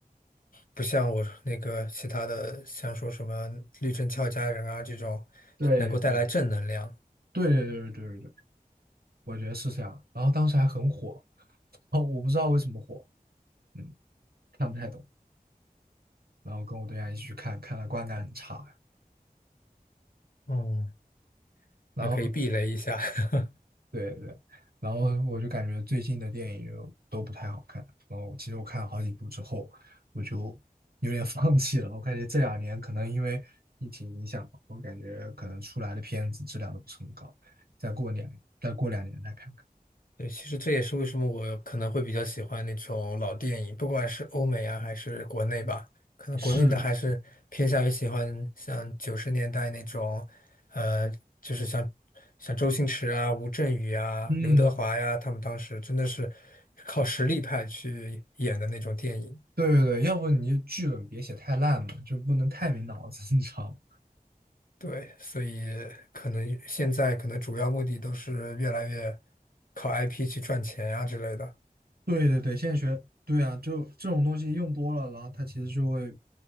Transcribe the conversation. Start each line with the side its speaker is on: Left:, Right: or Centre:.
Left: 不像我那个其他的，像说什么《绿灯俏佳人》啊这种，
Right: 对
Left: 能够带来正能量。
Right: 对对对对对对，我觉得是这样。然后当时还很火，<laughs> 哦，我不知道为什么火，嗯，看不太懂。然后跟我对象一起去看，看了，观感很差。
Left: 嗯，
Right: 然后
Left: 那可以避雷一下。<laughs>
Right: 对对，然后我就感觉最近的电影就都不太好看。然后其实我看了好几部之后，我就 <laughs> 有点放弃了。我感觉这两年可能因为疫情影响，我感觉可能出来的片子质量都不是很高。再过两再过两年再看看。
Left: 对，其实这也是为什么我可能会比较喜欢那种老电影，不管是欧美啊还是国内吧，可能国内的还是偏向于喜欢像九十年代那种，
Right: 是的，
Left: 呃，就是像像周星驰啊、吴镇宇啊、
Right: 嗯，
Left: 刘德华呀，他们当时真的是靠实力派去演的那种电影。
Right: 对对对，要不你就剧本别写太烂了，就不能太没脑子，你知道吗？
Left: 对，所以可能现在可能主要目的都是越来越靠 IP 去赚钱呀、之类的。
Right: 对对对，现在学，对啊，就这种东西用多了，然后它其实就会